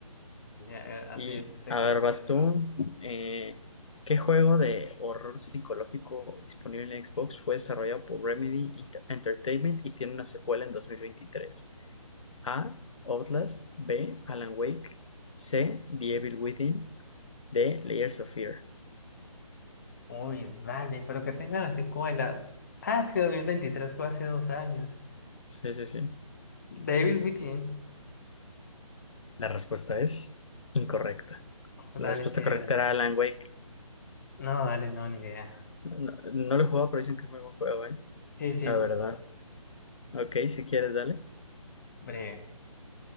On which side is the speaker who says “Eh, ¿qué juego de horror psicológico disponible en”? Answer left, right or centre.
Left